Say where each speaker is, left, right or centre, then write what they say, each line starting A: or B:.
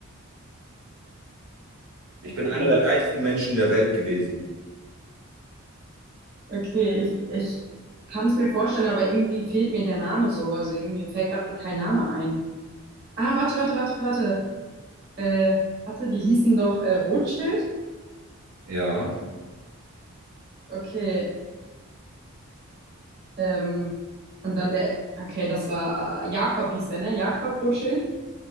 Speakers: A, on the right; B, on the right.
A: Ich
B: Okay.
A: bin einer der reichsten Menschen der Welt gewesen.
B: Okay, ich, ich kann es mir vorstellen, aber irgendwie fehlt mir der Name so. Also irgendwie fällt gerade kein Name ein. Ah, warte, warte, warte, warte. Äh, warte, die hießen doch äh, Rothschild?
A: Ja,
B: Okay. Ähm, und dann der. Okay, das war Jakob hieß der, ne? Jakob Rothschild?